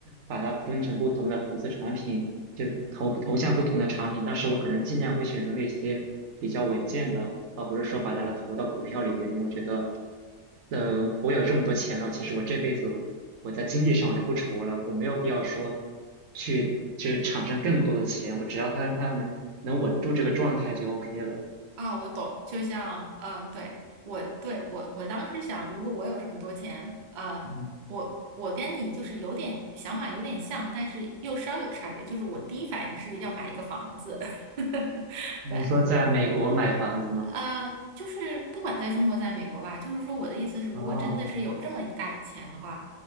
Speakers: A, on the right; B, on the right.
A: 把它分成不同的投资产品，就投投向不同的产品，但是我可能尽量会选择那些比较稳健的，而不是说把它投到股票里边，因为我觉得，呃，我有这么多钱了，其实我这辈子我在经济上我就不愁了，我没有必要说去去产生更多的钱，我只要它它能能稳住这个状态就 OK 了。
B: 啊，我懂，就像，呃，对，我对我我当时想，如果我有这么多钱，呃，
A: 嗯，
B: 我我跟你就是有点想法有点像，但是又稍有差别，就是我第一反应是要买一个房子，<laughs>
A: 你是说在美国买房子吗？
B: 对，呃，就是不管在中国，在美国吧，就是说我的意思是，如果真的是有这么一大笔钱的话，
A: 哦，